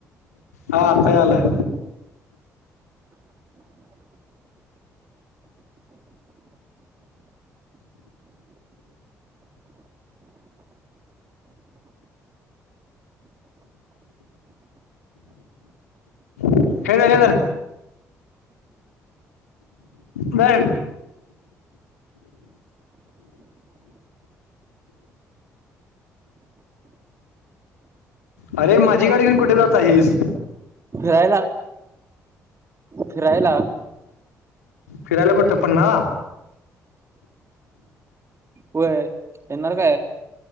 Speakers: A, on the left; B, on the right.
A: हा आता यालाय हे धर हे धर, धर. अरे माझी गाडी घेऊन कुठे जात आहेस?
B: फिरायला फिरायला.
A: फिरायला कुठे पन्हाळा?
B: वय येणार काय?